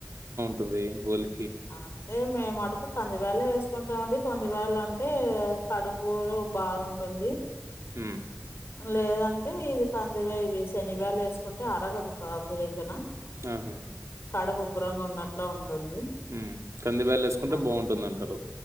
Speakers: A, on the right; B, on the left.
A: టంది బోల్
B: అంటే మేముటుకు కందిబెల్లు వేసుకుంటాం అండి కందిబెల్లు అంటే కడుపు బాగుంటుంది
A: మ్
B: లేదంటే ఇది కందివే ఇవి శేనగబేడలు వేసుకుంటే అరగదు అదొక రీసన్
A: ఆహా
B: కడుబబ్బరంగా ఉన్నట్లు ఉం టుంది
A: హ్మ్. కంది బ్యాల్లేసుకుంటే
B: ఆ
A: బావుంటుందంటారు.